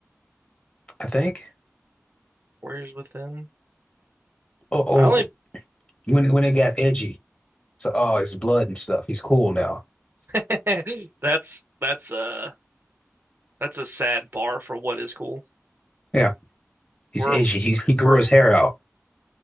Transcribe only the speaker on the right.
Warriors Within.
I only
<laughs> that's that's uh that's a sad bar for what is cool.
We're
we're